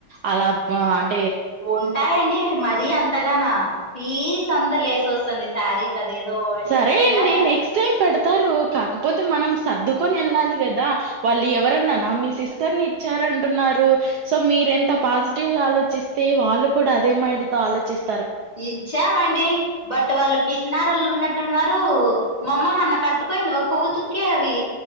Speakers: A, on the right; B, on the left.
A: అలా బాన్
B: ఉంటాయండి. మరీ అంతగానా ఫీస్ అంత లేస్ వస్తంది శారీకి అదేదో అది
A: సరే
B: ఇచ్చిందట
A: అండి నెక్స్ట్ టైం పెడతారు. కాకపోతే మనం సర్దుకొనెళ్ళాలి గదా వాళ్ళు ఎవరన్నానా మీ సిస్టర్ ని ఇచ్చారంటున్నారు. సో మీ మీర ఎంత పాజిటివ్ గా ఆలోచిస్తే, వాళ్ళు కూడా అదే మైండ్ తో ఆలోచిస్
B: ఇచ్చామండి బట్ వాళ్ళు పిసినారొళ్ళు ఉన్నట్ టున్నారు మమ్మ మొన్న కట్టుకోయింది ఒక్ ఒక్క ఉతుక్కే అవి